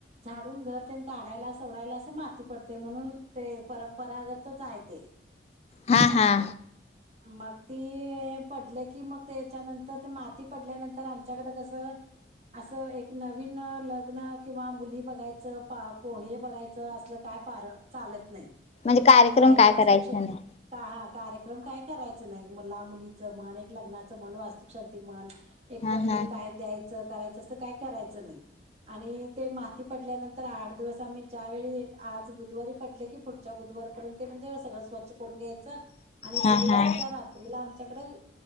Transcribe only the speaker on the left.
हां-हां
म्हणजे कार्यक्रम
काय
करायचा नाही
हा हा
हा
हा